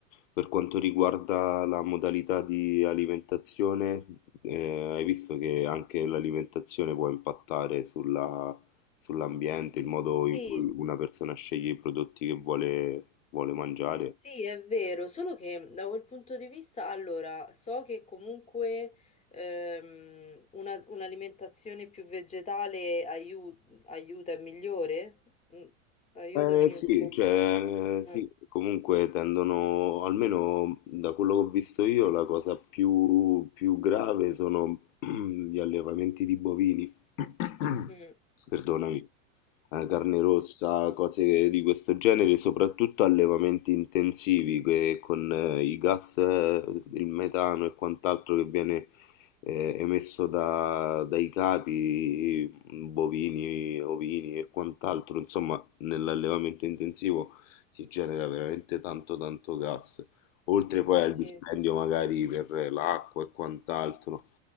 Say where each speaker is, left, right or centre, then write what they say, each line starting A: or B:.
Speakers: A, on the left; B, on the left.
A: per quanto riguarda la modalità di alimentazione, eh, hai visto che anche l'alimentazione può impattare sulla- sull'ambiente, il modo
B: Sì,
A: in cui una persona sceglie i prodotti che vuole, vuole mangiare?
B: sì, è vero, solo che da quel punto di vista, allora, so che comunque ehm, una- un'alimentazione più vegetale aiu- aiuta, è migliore? Mm, aiutami
A: Eh, sì,
B: un po'.
A: cioè, sì,
B: Mm,
A: comunque tendono, almeno da quello che ho visto io, la cosa più, più grave sono <clears throat> gli allevamenti di bovini, <clears throat> <coughs>
B: mm.
A: perdonami, eh, carne rossa, cose di questo genere, soprattutto allevamenti intensivi che con eh, i gas, eh, il metano e quant'altro che viene eh, emesso da- dai capi, bovini, ovini e quant'altro, insomma nell'allevamento intensivo si genera veramente tanto tanto gas, oltre poi
B: Sì,
A: al dispendio magari per l'acqua e quant'altro.